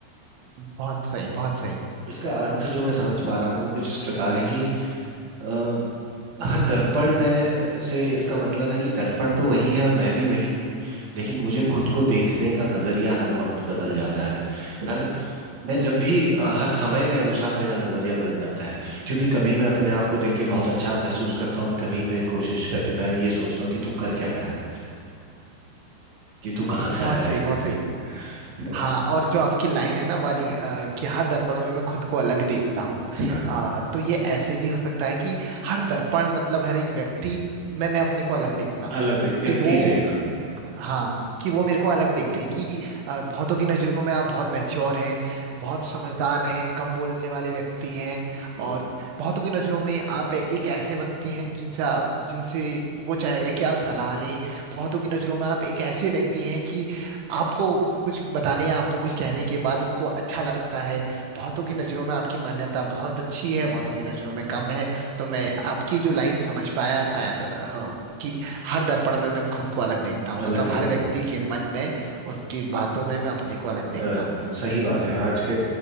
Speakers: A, on the right; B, on the right.
A: बहुत सही बहुत सही
B: इसका अर्थ जो मैं समझ पा रहा हूँ वो कुछ इस प्रकार है कि अ, हर दर्पण में से इसका मतलब है कि दर्पण तो वही है और मैं भी वही हूँ लेकिन मुझे खुद को देखने का नजरिया हर वक्त बदल जाता है हर मैं जब भी अ, हर समय के अनुसार मेरा नजरिया बदल जाता है क्योंकि कभी मैं अपने आप को देख के बहुत अच्छा महसूस करता हूँ और कभी मैं कोशिश कर मैं ये सोचता हूँ कि तू कर क्या रहा है कि तू कहाँ से
A: बहुत
B: आया
A: सही
B: है
A: बहुत
B: <laughs>
A: सही
B: है ना
A: हाँ और जो आपकी लाइन है ना वाली आ, कि हर दर्पण में मैं खुद को अलग देखता हूँ
B: हाँ
A: आ, तो ये ऐसे भी हो सकता है कि हर दर्पण मतलब हर एक व्यक्ति में मैं अपने को अलग देखता हूँ
B: अलग दे व्यक्ति
A: कि वो
B: से हाँ
A: देखो हाँ कि वो मेरे को अलग देखते हैं कि आ, बहुतों की नजरों में आप बहुत मैच्योर हैं बहुत समझदार हैं कम बोलने वाले व्यक्ति हैं
B: हम्म,
A: और बहुतों की नजरों में आप एक ऐसे व्यक्ति हैं जिनसे आप- जिनसे वो चाहेगा कि आप सलाह लें बहुतों की नजरों में आप एक ऐसे व्यक्ति हैं कि आपको कुछ बताने या आपको कुछ कहने के बाद उनको अच्छा लगता है बहुतों की नजरों में आपकी मान्यता बहुत अच्छी है बहुतों की नजरों में कम है तो मैं आपकी जो लाइन समझ पाया शायद अ, कि हर दर्पण में मैं खुद को अलग देखता हूँ
B: अलग
A: मतलब
B: देखता
A: हर व्यक्ति
B: हूँ
A: के मन में उसकी बातों में मैं अपने को अलग देखता
B: अलग
A: हूँ
B: देखता हूँ सही बात है आज के